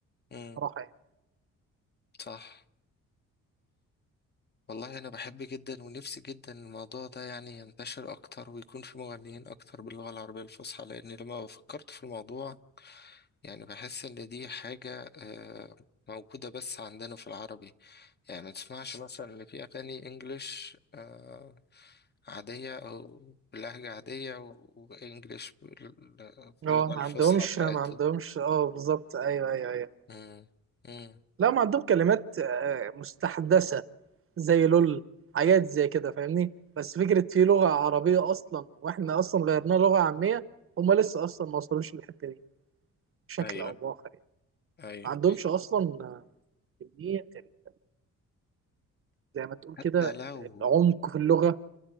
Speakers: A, on the left (about 35°); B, on the right (about 45°).
A: مم،
B: صراحة يعني
A: صح والله أنا بحب جدا ونفسي جدا الموضوع ده يعني ينتشر أكتر ويكون في مغنيين أكتر باللغة العربية الفصحى لأن لما فكرت في الموضوع يعني بحس ان دي حاجة آه، موجودة بس عندنا في العربي يعني ما تسمعش مثلا ان في اغاني انجليش آه، عادية او بلهجة عادية و- وانجليش بال- باللغة
B: اه
A: الفصحى
B: ما عندهمش
A: بتاعتهم
B: ما عندهمش اه بالظبط أيوه أيوه أيوه
A: مم. مم.
B: لا ما عندهم كلمات آه، مستحدثة زي لول حاجات زي كده فاهمني؟ بس فكرة في لغة عربية أصلا وإحنا أصلا غيرناها لغة عامية هما لسه أصلا ما وصلوش للحتة دي بشكل
A: ايوه
B: أو بآخر يعني.
A: ايوه
B: ما عندهمش اصلا كميه ال- زي ما تقول
A: حتى
B: كده ال-
A: لو
B: العمق في اللغه